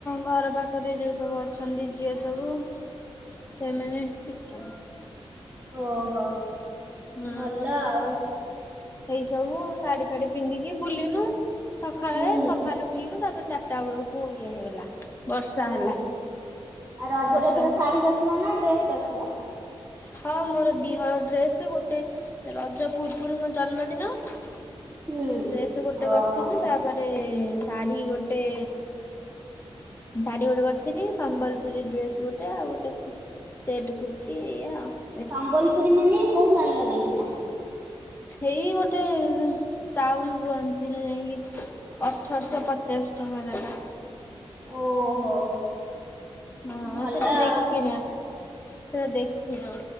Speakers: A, on the left; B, on the right.
A: ଘର ପାଖ୍ ପାଖରେ ଯଉ ସବୁ ଅଛନ୍ତି ଝିଅ ସବୁ ସେମାନେ ଟି <unintelligible>
B: ଓହୋ।
A: ହୁଁ
B: ଭଲ ଆଉ
A: ସେଇ ସବୁ ଶାଢୀ ଫାଢି ପିନ୍ଧିକି ବୁଲିନୁ ସଖାଳେ-
B: ହୁଁ
A: ସଖାଳେ ବୁଲିଲୁ ତାପରେ ଚାରିଟା ବେଳକୁ ଇଏ ହେଇଗଲା। ବର୍ଷା
B: ହୁଁ
A: ହେଲା -ବର୍ଷା
B: ଆଉ ରଜରେ ଏଥର
A: ହେଲା
B: <unintelligible> ନା ଡ୍ରେସ୍ କରିଥିଲ?
A: ହଁ ମୋର ଦି ହଳ ଡ୍ରେସ୍ ଗୋଟେ ରଜ ପୂର୍ବରୁ ମୋ ଜନ୍ମଦିନ ଡ୍ରେସ୍
B: ହୁଁ
A: ଗୋଟେ
B: ଓହୋ
A: କରିଥିଲି ତାପରେ ଶାଢୀ ଗୋଟେ ଶାଢୀ ଗୋଟେ କରିଥିଲି ସମ୍ବଲପୁରୀ ଡ୍ରେସ୍ ଗୋଟେ ଆଉ କୁ-ଗୋଟେ ସେଟ୍ କୁର୍ତ୍ତି ଏଇଆ ଆଉ।
B: ସମ୍ବଲପୁରୀ ମାନେ କଉଠୁ ଆଣିଲ ଯାଇଁକିନା?
A: ଏଇ ଗୋଟେ ଟାଉନ୍ ରୁ ଆଣିଥିଲି ଯାଇଁକି ଅଠରଶ୍ ପଚାଶ୍ ଟଙ୍କା ନେଲା।
B: ଓହୋ
A: ହଁ
B: ଭଲ
A: ସେଟା ଦେଖିିନିଆ
B: ଆଉ
A: ସେଟା ଦେଖିନୁ।